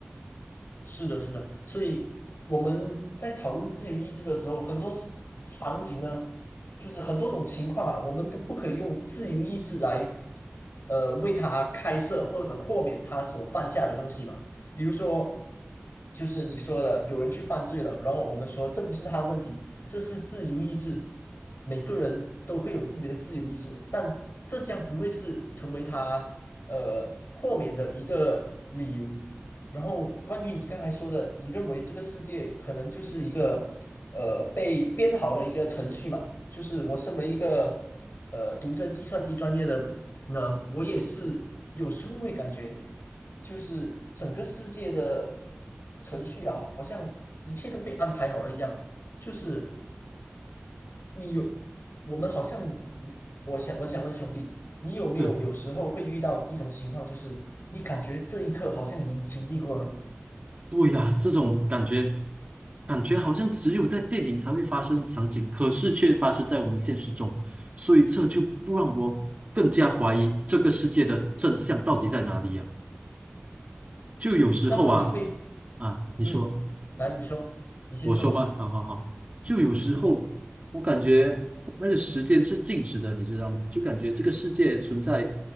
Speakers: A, on the left; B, on the right.
A: 是的，是的，所以我们在讨论自由意志的时候，很多 s- 场景呢，就是很多种情况啊，我们都不可以用自由意志来呃为他开设或者豁免他所犯下的东西嘛。比如说，就是你说的，有人去犯罪了，然后我们说这不是他的问题，这是自由意志，每个人都会有自己的自由意志，但这将不会是成为他呃豁免的一个理由。然后关于你刚才说的，你认为这个世界可能就是一个呃被编好的一个程序嘛？就是我身为一个呃读着计算机专业的那我也是有时候会感觉，就是整个世界的程序啊，好像一切都被安排好了一样。就是你有，我们好像你，我想我想问兄弟，你有没有有时候会遇到一种情况，
B: 嗯，
A: 就是你感觉这一刻好像已经经历过了，
B: 对呀，这种感觉，感觉好像只有在电影才会发生的场景，可是却发生在我们现实中，所以这就不让我更加怀疑这个世界的真相到底在哪里呀？就有时候啊
A: 那么你会，
B: 啊，你说。
A: 嗯，来，你说，你先说吧。
B: 我说吗？好好好，就有时候我感觉那个时间是静止的，你知道吗？就感觉这个世界存在